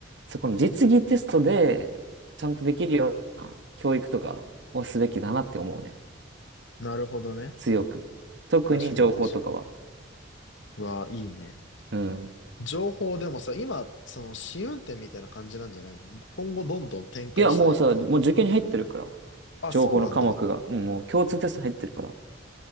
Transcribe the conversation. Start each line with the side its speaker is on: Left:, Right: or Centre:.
Right: そこの実技テストでちゃんとできるような教育とかをすべきだなって思うね。
Left: なるほどね。
Right: 強く。特に情報とかは。
Left: 確かに確かに。うわあ、いいね。
Right: うん。
Left: 情報でもさ、今、その試運転みたいな感じなんじゃないの今後どんどん展開したいみたいな。
Right: いや、もうさ、もう受験に入ってるから。
Left: あ、
Right: 情報の科目が。
Left: そうなんだ。
Right: うん、もう共通テストに入ってるから。